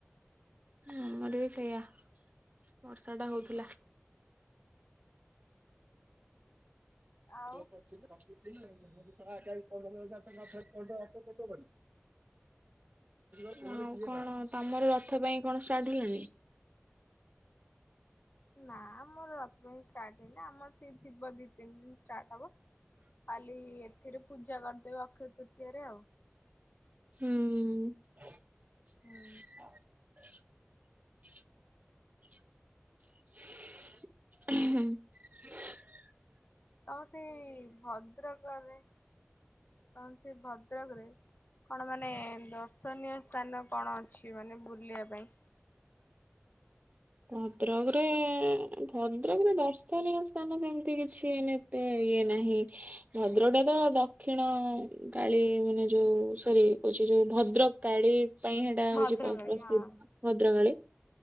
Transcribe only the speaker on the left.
ଆଉ
ନା ମମର ସେଥିପାଇଁ ଷ୍ଟାର୍ଟ ହେଇଲେ ଆମ ସେ ଥିବ ଦି ତିନି ଦିନ ଷ୍ଟାର୍ଟ ହବ ଖାଲି ଏଥିରେ ପୂଜା କରିଦେବେ ଅକ୍ଷୟ ତୃତୀୟା ରେ ଆଉ।
ହୁଁ
ତମ ସେଇ ଭଦ୍ରକ ରେ ତା ସେ ଭଦ୍ରକରେ କଣ ମାନେ ଦର୍ଶନୀୟ ସ୍ଥାନ କଣ ଅଛି? ଅଛି ମାନେ ବୁଲିବା ପାଇଁ
ଭଦ୍ରକରେ
ହଁ